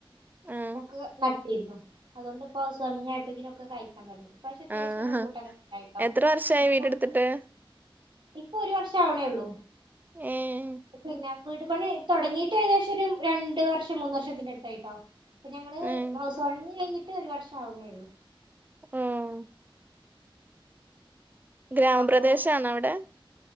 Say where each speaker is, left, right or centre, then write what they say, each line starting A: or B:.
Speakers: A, on the right; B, on the right.
A: ആഹ്
B: ഒക്കെ നാട്ടു ഇരുന്നു അതുകൊണ്ട് എപ്പോ സമയമായപ്പോഴേക്കും ഒക്കെ കായിക്കാൻ തുടങ്ങി ഈ പ്രാവശ്യം അത്യാവശ്യം
A: ആഹ്
B: റംബൂട്ടാനട്ടായിട്ടോണ്ട്
A: എത്ര വർഷായി
B: ചിക്കു
A: വീടെടുത്തിട്ട്
B: ഉണ്ട് ഇപ്പൊ ഒരു വർഷം ആവണേ ഉള്ളൂ
A: ഏഹ്
B: പിന്നെ വീട് പണി തുടങ്ങിട്ട് ഏകദേശം ഒരു രണ്ടു വർഷം മൂന്ന് വർഷത്തിന്റെ അടുത്തായിട്ടോ ഇപ്പൊ ഞങ്ങള്
A: ഏഹ്
B: ഹൗസ് വാമിംഗ് കഴിഞ്ഞിട്ട് ഒരു വർഷം ആവണേള്ളൂ
A: ഉം ഗ്രാമ
B: അപ്പൊ
A: പ്രദേശമാണോ അവിടെ